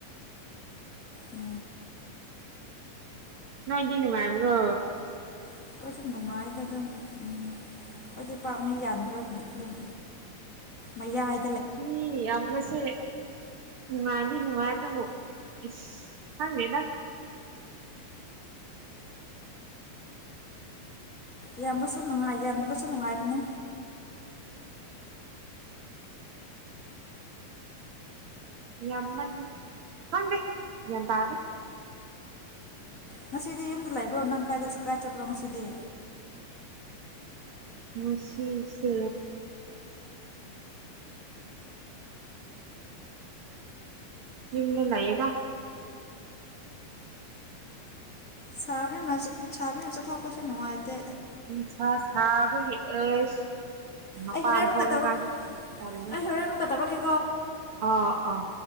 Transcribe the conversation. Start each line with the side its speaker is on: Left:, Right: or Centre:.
Left: ꯎꯝ
Right: ꯉꯣꯏꯗꯤ ꯅꯨꯉꯥꯏꯕ꯭ꯔꯣ꯫
Left: ꯑꯩꯈꯣꯏꯁꯨ ꯅꯨꯡꯉꯥꯏꯗ ꯗꯨꯝ ꯎꯝ ꯈꯣꯏꯗꯤ ꯄꯥꯛ ꯃꯤ ꯌꯥꯝꯗꯕꯒꯤ ꯑꯗꯨꯝ ꯃꯌꯥꯏ꯫
Right: ꯃꯤ ꯌꯥꯝꯕꯁꯦ꯫ ꯅꯨꯡꯉꯥꯏꯗꯤ ꯅꯨꯡꯉꯥꯏ ꯑꯗꯨ ꯏꯁ ꯈꯪꯗꯦꯗ꯫
Left: ꯌꯥꯝꯕꯁꯨ ꯅꯨꯡꯉꯥꯏ ꯌꯥꯝꯗꯕꯁꯨ ꯅꯨꯡꯉꯥꯏꯕꯅꯦ꯫
Right: ꯌꯥꯝꯃꯜ ꯈꯪꯗꯦ ꯒ꯭ꯌꯥꯟꯇꯥꯗꯦ꯫
Left: ꯉꯁꯤꯗꯤ ꯌꯨꯝꯗ ꯂꯩꯕ꯭ꯔꯣ ꯅꯪ ꯀꯥꯏꯗ ꯀꯥꯏ ꯆꯠꯄ꯭ꯔꯣ ꯉꯁꯤꯗꯤ꯫
Right: ꯉꯁꯤꯁꯦ꯫ ꯌꯨꯝꯗ ꯂꯩꯌꯦꯗꯥ꯫
Left: ꯁꯥꯕꯤꯃ ꯁꯥꯕꯤꯅ ꯆꯠꯊꯣꯛꯄꯁꯨ ꯅꯨꯡꯉꯥꯏꯇꯦ꯫
Right: ꯅꯨꯡꯁꯥ ꯁꯥꯕꯒꯤ ꯑꯁ꯫ ꯃꯄꯥꯟ
Left: ꯑꯩ ꯍꯣꯔꯦꯟ ꯑꯃꯨꯀ
Right: ꯊꯣꯛꯅꯤꯡꯉꯥꯏꯁꯨ
Left: ꯇꯧꯔ
Right: ꯇꯜꯂꯦ
Left: ꯑꯩ ꯍꯣꯔꯦꯟ ꯑꯃꯨꯀ ꯇꯧꯔꯛ ꯀꯦ꯫
Right: ꯑꯥ ꯑꯥ꯫